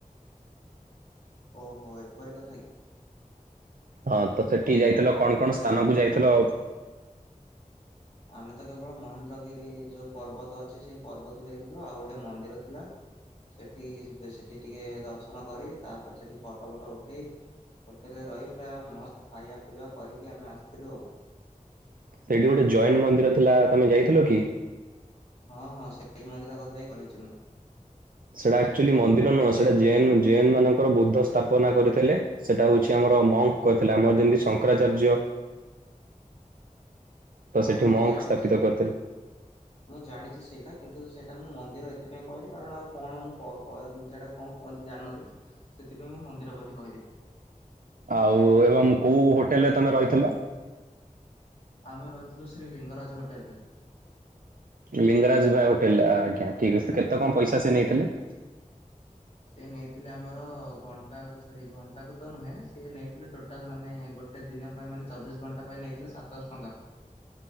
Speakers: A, on the left; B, on the right.
A: ଓହୋ, ଏପରି କଥା କି?
B: ହଁ ତ ସେଠିକି ଯାଇଥିଲ କଣ କଣ ସ୍ଥାନକୁ ଯାଇଥିଲ?
A: ଆମେ ତ କେବଳ ମହେନ୍ଦ୍ରଗିରି ଯୋଉ ପର୍ବତ ଅଛି ସେଇ ପର୍ବତକୁ ଯାଇଥିଲୁ। ଆଉ ଗୋଟେ ମନ୍ଦିର ଥିଲା। ସେଠି କି ଯିବେ। ସେଠି ଟିକେ ଦର୍ଶନ କରି ତାପରେ ସେଠି ଫଟ ଫଟ ଉଠେଇ ହୋଟେଲରେ ରହି ପୁରା ମସ୍ତ ଖାଇବା, ପିଇବା କରିକି ଆମେ ଆସିଥିଲୁ ଆଉ।
B: ସେଇଠି ଗୋଟେ ଜୈନ ମନ୍ଦିର ଥିଲା। ତମେ ଯାଇଥିଲ କି?
A: ହଁ, ହଁ ସେଇ ମନ୍ଦିର କଥା ହିଁ କହିଛି ମୁଁ।
B: ସେଇଟା ଅକ୍ଚୁଆଲି ମନ୍ଦିର ନୁହଁ। ସେଟା ଜେନ୍ ଜେନ୍ ମାନଙ୍କର ବୁଦ୍ଧ ସ୍ଥାପନା କରିଥିଲେ। ସେଟା ହଉଛି ଆମର ମଙ୍କ ଥିଲା। ଆମର ଯେମିତି ଶଙ୍କରାଚାର୍ଯ୍ୟ ତ
A: ହଁ
B: ସେଠି
A: ହଁ ମୁଁ
B: ମଙ୍କ
A: ଜାଣିଛି।
B: ସ୍ଥାପିତ କରିଥିଲେ।
A: ମୁଁ ଜାଣିଛି ସେଇଟା। କିନ୍ତୁ ସେଇଟା ମୁଁ ମନ୍ଦିର ଏଥିପାଇଁ କହିଲି କାରଣ ଆଉ କଣ ମୁଁ କ- କ ସେଇଟାକୁ କଣ କୁହନ୍ତି ଜାଣିନଥିଲି। ସେଥିପାଇଁ ମୁଁ ମନ୍ଦିର ବୋଲି କହିଦେଲି।
B: ଆଉ ଏବଂ କୋଉ ହୋଟେଲରେ ତମେ ରହିଥିଲ?
A: ଆମେ ରହିଥିଲୁ ଶ୍ରୀ ଲିଙ୍ଗରାଜ ହୋଟେଲ ରେ।
B: ଲିଙ୍ଗରାଜ ବିହାର ହୋଟେଲରେ। ଆଜ୍ଞା, ଠିକ ଅଛି। କେତେ କଣ ପଇସା ସେ ନେଇଥିଲେ?
A: ସେ ନେଇଥିଲେ ଆମର ଘଣ୍ଟା, ସରି ଘଣ୍ଟାକୁ ତ ନୁହେଁ ସେ ନେଇଥିଲେ ଟୋଟାଲ ମାନେ ଗୋଟେ ଗୋଟେ ଦିନ ପାଇଁ ମାନେ ଚବିଶ ଘଣ୍ଟା ପାଇଁ ନେଇଥିଲେ ସାତଶହ ଟଙ୍କା।